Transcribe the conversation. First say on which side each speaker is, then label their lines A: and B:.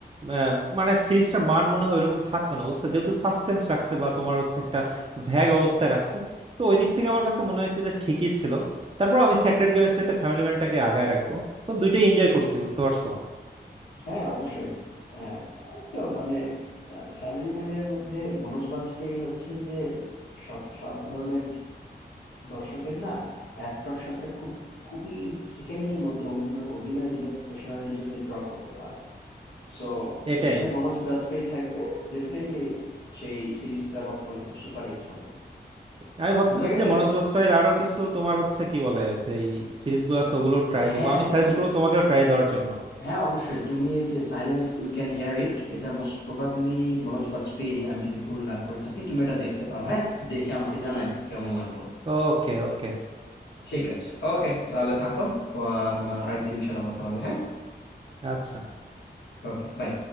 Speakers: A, on the right (about 30°); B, on the left (about 75°).
A: আহ, মানে সিরিজটার মান মনে হয় এরকম থাকতো না বুঝছো যেহেতু সাসপেন্স রাখছে বা তোমার হচ্ছে একটা ভ্যাগ অবস্থায় রাখছে তো ওই দিক থেকে আমার কাছে মনে হয়েছে যে ঠিকই ছিল তারপর আমি সেক্রেট গেমের চাইতে ফ্যামিলি ম্যানটাকে আগায় রাখবো তো দুইটাই এনজয় করছি বুঝতে পারছো
B: হ্যাঁ অবশ্যই হ্যাঁ তো মানে ফ্যামিলি ম্যানের মধ্যে মনোজ বাজপেয়ী হচ্ছেন যে সব সব ধরনের দর্শকের না অ্যাট্রাকশনটা খুব খুবই সেকেন্ডের মধ্যে উনি ওনার অভিনয় দিয়ে প্রফেশনালিজমদের ড্র করতে পারেন সো
A: এটাই
B: যেখানে মনোজ বাজপেয়ী থাকবে ডেফিনেটলি সেই সিরিজটা বর্তমানে খুব সুপারহিট হবে
A: আমি ভাবতেছি
B: বোঝা গেছে
A: যে মনোজ বাজপাইয়ের আরো কিছু তোমার হচ্ছে কি বলে যে সিরিজগুলো আছে ওগুলো ট্রাই
B: হ্যাঁ
A: দিব আমি সাজেস্ট
B: তুমি
A: করবো তোমাকেও ট্রাই দেওয়ার জন্য
B: হ্যাঁ অবশ্যই তুমি এই যে silence you can hear it এটা মোস্ট প্রবাবলি মনোজ বাজপেয়ীরই আমি যদি ভুল না করে থাকি তুমি এটা দেখতে পারো হ্যাঁ দেখে আমাকে জানায় কেমন লাগলো
A: ওকে ওকে
B: ঠিক আছে ওকে তাহলে থাকো প- আম, আরেকদিন ইনশাল্লাহ কথা হবে হ্যাঁ
A: আচ্ছা
B: ওকে বাই